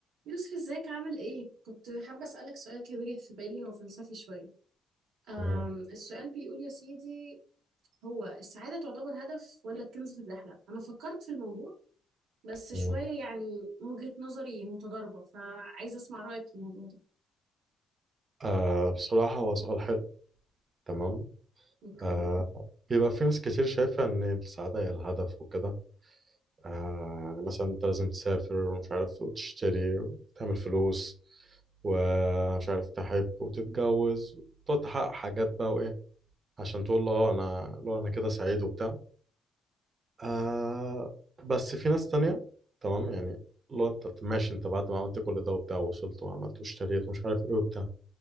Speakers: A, on the right (about 85°); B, on the right (about 40°).
A: يوسف ازيك عامل ايه؟ كنت حابة أسألك سؤال كده جه في بالي هو فلسفي شوية أم
B: مم.
A: السؤال بيقول يا سيدي هو السعادة تعتبر هدف ولا الكنز في الرحلة؟ أنا فكرت في الموضوع بس شوية
B: مم.
A: يعني وجهة نظري متضاربة فعايزة أسمع رأيك في الموضوع ده
B: آه بصراحة هو سؤال حلو تمام
A: اوكي
B: آه بيبقى في ناس كتير شايفة إن السعادة هي الهدف وكده آه يعني مثلا أنت لازم تسافر ومش عارف وتشتري وتعمل فلوس ومش عارف تحب وتتجوز وتقعد تحقق حاجات بقى وإيه عشان تقول أه أنا لو أنا كده سعيد وبتاع آه بس في ناس تانية تمام يعني لو أنت ماشي أنت بعد ما عملت كل ده وبتاع ووصلت وعملت واشتريت ومش عارف إيه وبتاع